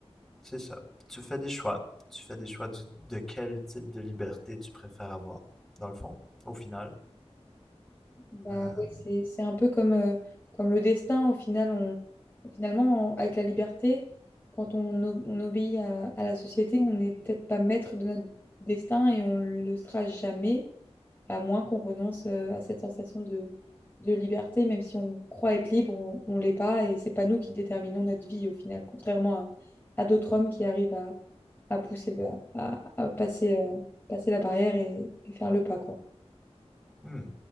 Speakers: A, in the centre; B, on the left (about 20°).
A: c'est ça. Tu fais des choix. Tu fais des choix du- de quel type de liberté tu préfères avoir, dans le fond, au final.
B: Bah,
A: Euh,
B: ouais, c'est, c'est un peu comme, euh, comme le destin, au final, on, finalement, on- avec la liberté, quand on, o- on obéit à, à la société, on n'est peut-être pas maître de notre destin et on le sera jamais. à moins qu'on renonce euh, à cette sensation de, de liberté, même si on croit être libre, on, on l'est pas, et c'est pas nous qui déterminons notre vie au final, contrairement à, à d'autres hommes qui arrivent à, à pousser le, à, à passer, euh, passer la barrière et, et faire le pas, quoi.
A: Hmm.